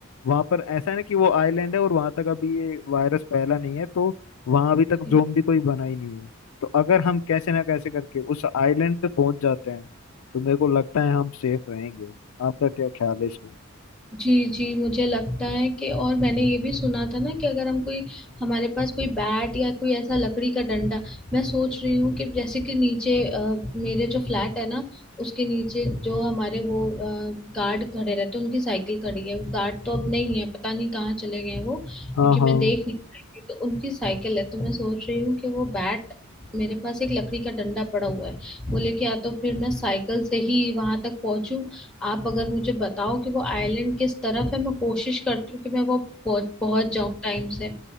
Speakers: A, on the left; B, in the centre.
A: वहां पर ऐसा है ना कि वो आइलैंड है और वहां तक अभी ये वायरस फैला नहीं है तो वहां अभी तक
B: जी।
A: जोम्बी कोई बना ही नहीं है तो अगर हम कैसे ना कैसे करके उस आइलैंड पे पहुंच जाते हैं तो मेरे को लगता है हम सेफ रहेंगे आपका क्या ख्याल है इसमें
B: जी जी मुझे लगता है कि और मैंने ये भी सुना था ना कि अगर हम कोई हमारे पास कोई बैट या कोई ऐसा लकड़ी का डंडा मैं सोच रही हूँ कि जैसे कि नीचे अ, मेरे जो फ्लैट है ना उसके नीचे जो हमारे वो गार्ड खड़े रहते हैं उनकी साइकिल खड़ी है वो गार्ड तो अब नहीं है पता नहीं कहाँ चले गए हैं वो क्योंकि
A: हाँ हाँ
B: मैं देख नहीं पाई थी तो उनकी साइकिल है तो मैं सोच रही हूँ कि वो बैट मेरे पास एक लकड़ी का डंडा पड़ा हुआ है वो लेके या तो फिर मैं साइकिल से ही वहां तक पहुंचूं आप अगर मुझे बताओ कि वो आइलैंड किस तरफ है मैं कोशिश करती हूँ कि मैं वो पहुंच पहुंच जाऊं टाइम से